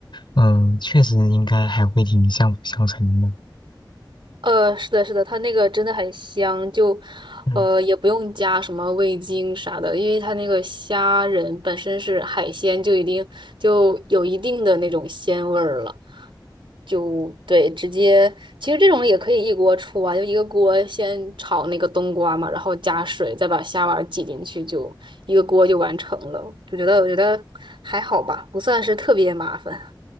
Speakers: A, on the left (about 75°); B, on the right (about 85°).
A: 嗯，确实应该还会挺相辅相成的。
B: 呃，是的，是的，它那个真的很香，就
A: 嗯
B: 呃也不用加什么味精啥的，因为它那个虾仁本身是海鲜，就已经就有一定的那种鲜味儿了。就对，直接其实这种也可以一锅出啊，就一个锅先炒那个冬瓜嘛，然后加水，再把虾丸挤进去，就一个锅就完成了。就觉得我觉得还好吧，不算是特别麻烦。